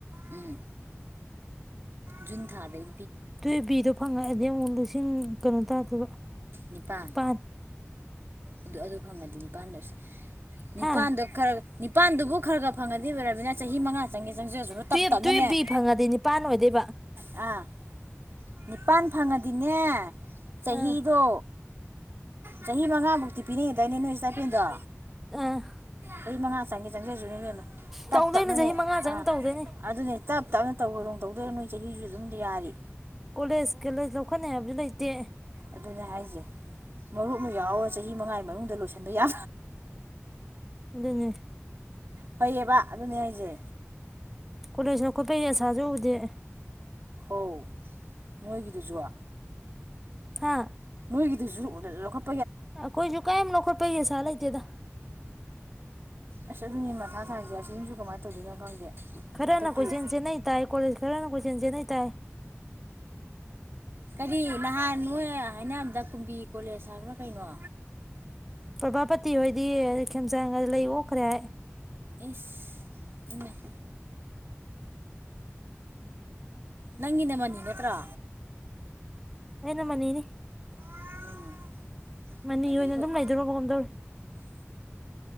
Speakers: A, on the right (about 55°); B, in the centre.
A: ꯎꯝ꯫ ꯍꯨꯟ ꯊꯥꯗꯩ꯫
B: ꯇꯨꯕꯤꯗꯣ ꯐꯪꯉꯛꯑꯗꯤ ꯑꯃꯨꯛ ꯂꯤꯁꯤꯡ ꯀꯩꯅꯣ ꯇꯥꯗꯣꯏꯕ
A: ꯅꯤꯄꯥꯜ
B: ꯅꯤꯄꯥꯟ
A: ꯑꯗꯨ ꯑꯗꯨ ꯐꯪꯒ <unintelligible> ꯅꯤꯄꯥꯜꯗ
B: ꯍꯥ
A: ꯈꯔ ꯅꯤꯄꯥꯟꯗꯨꯕꯨ ꯈꯔ ꯒ ꯐꯪꯉꯗꯤ ꯑꯣꯏꯔꯕꯅꯤꯅ ꯆꯍꯤ ꯃꯉꯥ ꯆꯪꯒꯦ ꯆꯪꯖꯁꯅꯨ ꯇꯞ
B: ꯇꯨꯌꯦꯞ
A: ꯇꯞꯅꯅꯦ
B: ꯇꯨꯌꯦꯞ ꯕꯤ ꯐꯪꯉꯗꯤ ꯅꯤꯄꯥꯥꯟ ꯑꯣꯏꯗꯣꯏꯕ
A: ꯑꯥ ꯅꯤꯄꯥꯟ ꯐꯪꯉꯗꯤꯅꯦ ꯆꯍꯤꯗꯣ
B: ꯑꯥ
A: ꯆꯍꯤ ꯃꯉꯥꯃꯨꯛꯇꯤ ꯄꯤꯅꯩꯌꯦꯗꯥꯏꯅꯦ ꯅꯣꯏ ꯏꯁꯇꯥꯏꯄꯦꯟꯗꯣ
B: ꯑ
A: ꯆꯍꯤ ꯃꯉꯥ ꯆꯪꯒꯦ ꯆꯪꯖꯁꯅꯨ ꯇꯞ
B: ꯇꯧꯗꯣꯏꯅꯦ
A: ꯇꯞꯅꯅꯦ
B: ꯆꯍꯤ ꯃꯉꯥ ꯆꯪꯅ
A: ꯑꯥ
B: ꯇꯧꯗꯣꯏꯅꯦ
A: ꯑꯗꯨꯅꯤ ꯇꯞ ꯇꯞꯅ ꯇꯧ <unintelligible> ꯇꯧꯗꯣꯏꯔ ꯅꯣꯏ ꯆꯍꯤꯁꯨ ꯑꯗꯨꯝ ꯌꯥꯔꯤ
B: ꯀꯣꯂꯦꯖ ꯀꯣꯂꯦꯖ ꯂꯧꯈꯠꯅꯤ ꯍꯥꯏꯕꯁꯨ ꯂꯩꯇꯦ
A: ꯑꯗꯨꯅꯦ ꯍꯥꯏꯁꯦ ꯃꯔꯨꯞ ꯑꯃ ꯌꯥꯎꯔ ꯆꯍꯤ ꯃꯉꯥꯒꯤ ꯃꯅꯨꯡꯗ ꯂꯣꯏꯁꯤꯟꯕ ꯌꯥ
B: ꯑꯗꯨꯅꯦ
A: ꯐꯩꯌꯦꯕ ꯑꯗꯨꯅꯦ ꯍꯥꯏꯁꯦ
B: ꯀꯣꯂꯦꯖ ꯂꯧꯈꯠꯄꯩ ꯑꯁꯥꯁꯨ ꯎꯗꯦ
A: ꯑꯧ ꯅꯣꯏꯒꯤꯗꯨꯖꯨ
B: ꯍꯥꯥ
A: ꯅꫭꯏꯒꯤꯗꯨꯁꯨ ꯂꯧꯈꯠ
B: ꯑꯈꯣꯏꯁꯨꯨ ꯀꯩꯝ ꯂꯧꯈꯠꯄꯩ ꯑꯁꯥ ꯂꯩꯇꯦꯗ
A: ꯑꯁ ꯑꯗꯨꯅꯦ ꯃꯊꯥ ꯁꯥꯏꯁꯦ ꯑꯁꯤꯨꯃꯁꯨ ꯀꯃꯥꯏꯅ ꯇꯧꯗꯣꯏꯅꯣ ꯈꯪꯗꯦ
B: ꯈꯔ
A: ꯍꯟꯗꯛꯀꯤ
B: ꯅ ꯀꯣꯏꯆꯦꯟ ꯆꯦꯟꯅꯩ ꯇꯥꯏ ꯀꯣꯂꯦꯖ ꯈꯔꯅ ꯀꯣꯏꯆꯦꯟ ꯆꯦꯟꯅꯩ ꯇꯥꯏ
A: ꯀꯔꯤ ꯅꯍꯥꯟ ꯃꯣ ꯍꯥꯏꯅꯕꯗ ꯀꯨꯝꯕꯤ ꯀꯣꯂꯦꯖ ꯍꯥꯏꯕ꯭ꯔ ꯀꯩꯅꯣ
B: ꯄ꯭ꯔꯚꯥꯄꯇꯤ ꯍꯣꯏꯗꯤ ꯈꯦꯝꯆꯥꯟꯒ ꯂꯩ ꯑꯣꯛꯈ꯭ꯔꯦ ꯍꯥꯏ
A: ꯏꯁ ꯏꯃꯥꯏ ꯅꯪꯒꯤꯅ ꯃꯅꯤ ꯅꯠꯇ꯭ꯔꯣ
B: ꯑꯩꯅ ꯃꯅꯤꯅꯤ
A: <inaudible>
B: ꯃꯅꯤ
A: ꯑꯗꯩ
B: ꯑꯣꯏꯅ
A: ꯑꯩꯈꯣꯏ
B: ꯑꯗꯨꯝ ꯂꯩꯗꯧꯔꯕꯒꯨꯝ ꯇꯧꯔꯦ